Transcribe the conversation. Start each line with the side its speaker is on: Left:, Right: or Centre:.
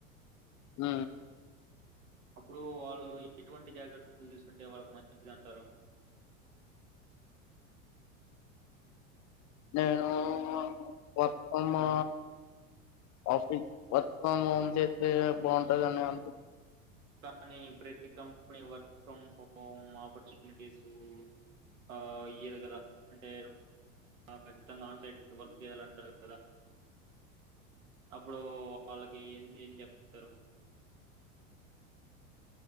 Left: ఊ
Right: అప్పుడు వాళ్ళు ఎటువంటి జాకెట్ తీసుకుంటే వాళ్ళకి మంచిది అంటారు
Left: నేను మత్తమా ఆఫీస్ వర్క్ ఫ్రమ్ హోమ్ చేస్తే బాగుంటందండి అ
Right: కానీ ప్రతి company work from home opportunities ఆ ఇయ్యదు కదా అంటే ఖచ్చితంగా ఆన్ సైట్ వర్క్ చేయాలంటారు కదా అప్పుడు వాళ్ళకి ఏం ఏం చెప్తారు